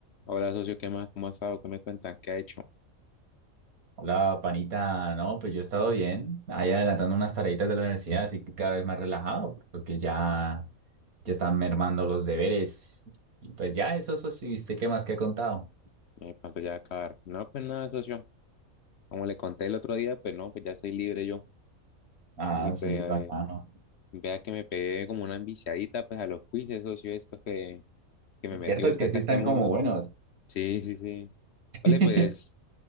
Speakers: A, on the left; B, on the right.
A: Hola, socio, ¿qué más? ¿Cómo ha estado? ¿Qué me cuentan? ¿Qué ha hecho?
B: Hola, panita. No, pues yo he estado bien, ahí adelantando unas tareitas de la universidad, así que cada vez más relajado, porque ya, ya están mermando los deberes. Y pues ya, eso, eso sí, ¿usted qué más que ha contado?
A: Eh, ¿cuánto ya va a acabar? No, pues nada, socio. Como le conté el otro día, pues no, pues ya soy libre yo.
B: Ah,
A: Y pues
B: sí,
A: eh,
B: bacano.
A: vea que me pegué como una enviciadita pues a los quizzes, socio, estos que, que me metió
B: Cierto
A: usted
B: que
A: acá
B: sí
A: a
B: están
A: este mundo.
B: como buenos.
A: Sí, sí, sí.
B: <laughs>
A: Vale, pues,